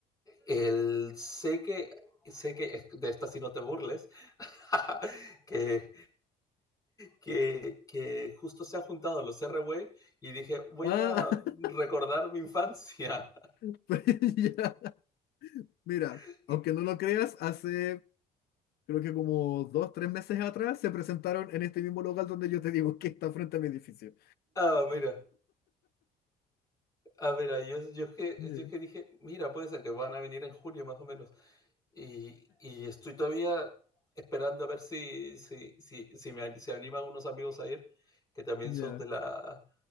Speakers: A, on the left; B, on the left.
A: El sé que sé que es de esta si no te burles, <laughs> que, que, que justo se han juntado los RW y dije, voy
B: Ah,
A: a recordar mi infancia.
B: <laughs> pues ya. Mira,
A: <laughs>
B: aunque
A: Y-
B: no lo creas, hace creo que como dos, tres meses atrás se presentaron en este mismo local donde yo te digo que está frente a mi edificio.
A: ah, mira, a ver, ah, mira, yo, yo, es que,
B: Ya,
A: yo es que dije, mira, puede ser que van a venir en junio más o menos. Y, y estoy todavía esperando a ver si, si, si, si me, an- se animan unos amigos a ir, que también
B: ya,
A: son de la,